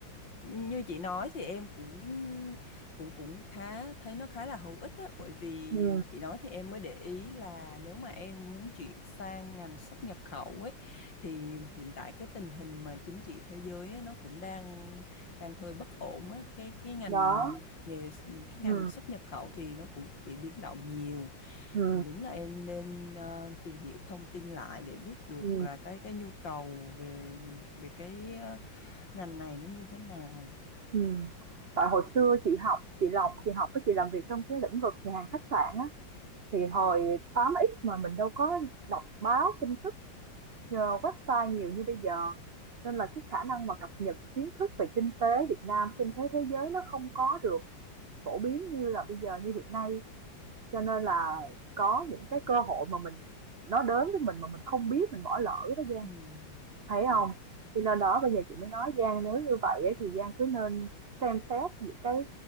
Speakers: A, on the left; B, on the right.
A: như chị nói thì em cũng cũng cũng khá thấy nó khá là hữu ích á bởi vì
B: ừ
A: chị nói thì em mới để ý là nếu mà em muốn chuyển sang ngành xuất nhập khẩu ấy thì hiện tại cái tình hình mà chính trị thế giới ấy, nó cũng đang đang hơi bất ổn á cái cái ngành
B: đó
A: nghề cái ngành
B: ừ
A: xuất nhập khẩu thì nó cũng bị biến động nhiều
B: ừ
A: thì đúng là em nên ờ, tìm hiểu thông tin lại để biết được
B: ừ
A: là cái cái nhu cầu về về cái ờ, ngành này nó như thế nào
B: ừ tại hồi xưa chị học chị Lộc chị học với chị làm việc trong cái lĩnh vực nhà hàng khách sạn á thì hồi
A: Dạ.
B: tám x mà mình đâu có đọc báo tin tức nhờ website nhiều như bây giờ nên là cái khả năng mà cập nhật kiến thức về kinh tế Việt Nam, kinh tế thế giới nó không có được phổ biến như là bây giờ như hiện nay. Cho nên là có những cái cơ hội mà mình nó đến với mình mà mình không biết mình bỏ lỡ đó Giang.
A: ừ,
B: Thấy
A: Dạ.
B: không? Cho nên đó bây giờ chị mới nói Giang nếu như vậy ấy, thì Giang cứ nên xem xét những cái